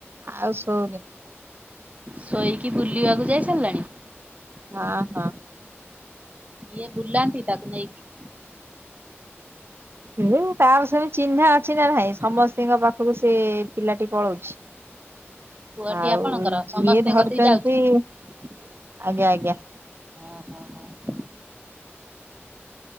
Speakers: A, on the right; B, on the right.
A: ଆଉ ଶଉନି
B: ଶୋଇକି ବୁଲିବାକୁ ଯାଇସାରିଲାଣି
A: ହଁ ହଁ
B: ଇଏ ବୁଲାନ୍ତି ତାକୁ ନେଇକି
A: ହୁଁ ତାର ସେବି ଚିହ୍ନା ଅଛି ନା ଭାଇ ସମସ୍ତଙ୍କ ପାଖକୁ ସେ ପିଲାଟି ପଳଉଛି।
B: ପୁଅଟି
A: ଆଉ
B: ଆପଣଙ୍କର ସମସ୍ତଙ୍କ
A: ଯିଏ ଧରୁଛନ୍ତି
B: କତିକି ଯାଉଛି?
A: ଆଜ୍ଞା ଆଜ୍ଞା।
B: ହଁ ହଁ ହଁ।